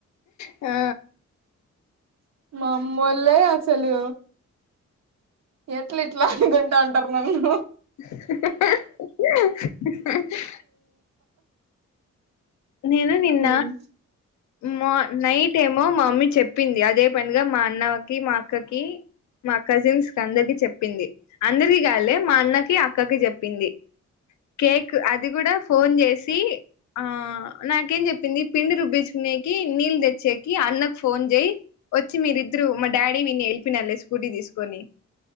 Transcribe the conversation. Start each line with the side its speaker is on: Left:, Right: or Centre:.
Left: ఆ
Right: మమ్మోలే అసలు ఎట్ల ఇట్ల అనుకుంటా ఉంటారు నన్ను
Left: <unintelligible> నేను నిన్న
Right: హ్మ్.
Left: మా నైట్ ఏమో మా మమ్మీ చెప్పింది అదే పనిగా మా అన్నకి మా అక్కకి మా కజిన్స్కందరికి చెప్పింది అందరికి కాదులే మా అన్నకి అక్కకి చెప్పింది కేక్ అది కూడా ఫోన్ చేసి ఆ నాకేం చెప్పింది పిండి రుబ్బించుకునేకి నీళ్ తెచ్చేకి అన్నకు ఫోన్ చేయ్ వచ్చి మీరి ద్దురు మా డాడీ విని వెలిపోయినలే స్కూటీ తీసుకొని